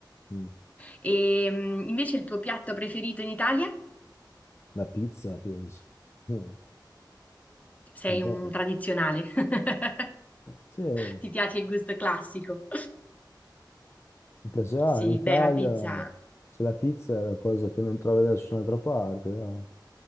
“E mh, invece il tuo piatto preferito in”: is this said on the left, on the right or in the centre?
Left